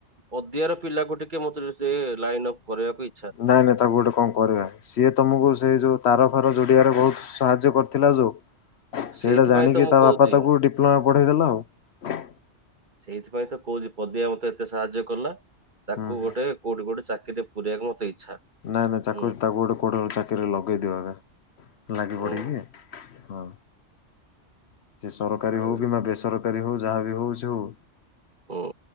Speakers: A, on the right; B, on the left.
A: ଅଦିଆ ର ପିଲାକୁ ଟିକେ ମୋତେ ସେ ଲାଇନ ଅପ୍ କରିବାକୁ ଇ
B: ନାଇଁ ନାଇଁ ତାକୁ ଗୋଟେ କଣ କରିବା। ସିଏ ତମକୁ ସେଇ ଯୋଉ ତାର ଫାର ଯୋଡିବାରେ ବହୁତ ସାହାଯ୍ୟ କରିଥିଲା ଯୋଉ। ସେଇଟା
A: ସେଇଥିପାଇଁ
B: ଜାଣିକି
A: ତ ମୁଁ
B: ତା
A: କହୁଛି
B: ବାପା ତାକୁ ଡିପ୍ଲୋମା ପଢେଇଦେଲା ଆଉ।
A: ସେଇଥିପାଇଁ ତ କହୁଛିି ପଦିଆ ମତେ ଏତେ ସାହାଯ୍ୟ କଲା। ତାକୁ
B: ହୁଁ ହୁଁ
A: ଗୋଟେ କୋଉଠି ଗୋଟେ ଚାକିରି ରେ ପୁରେଇବାକୁ ମୋତେ ଇଚ୍ଛା।
B: ନାଇଁ ନାଇଁ ଚାକୁ
A: ହୁଁ
B: ତାକୁ ଗୋଟେ କୋଉଠି ଚାକିରି ରେ ଲଗେଇଦିଅ ଏକା ଲାଗି
A: ହୁଁ
B: ପଡକି। ହଁ। ସେ ସରକାରୀ
A: ଆଉ
B: ହଉ କିମ୍ବା ବେସରକାରୀ ହଉ ଯାହା ବି ହଉଛି ହଉ।
A: ହଁ।